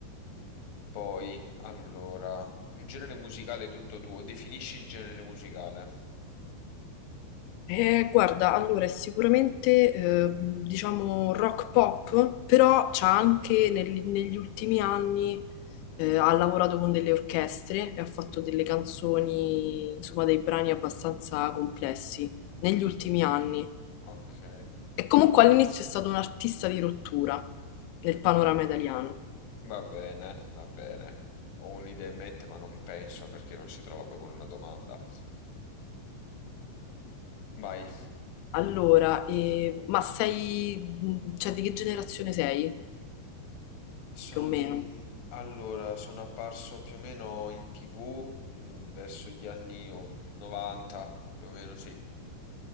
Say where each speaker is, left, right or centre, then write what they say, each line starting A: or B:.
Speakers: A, on the left; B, on the left.
A: Poi, allora, un genere musicale tutto tuo, definisci il genere musicale.
B: Eh, guarda, allora è sicuramente eh, diciamo rock pop, però c'ha anche nel- negli ultimi anni eh, ha lavorato con delle orchestre e ha fatto delle canzoni, insomma, dei brani abbastanza complessi negli ultimi anni.
A: Ok,
B: E comunque all'inizio è stato un artista di rottura nel panorama italiano.
A: va bene, va bene. Ho un'idea in mente, ma non penso perché non si trova poi con una domanda. Vai.
B: Allora, eh, ma sei, mm, cioè di che generazione sei,
A: Sono
B: più o meno?
A: dei... Allora, sono apparso più o meno in TV mh, verso gli anni oh, 90, più o meno sì.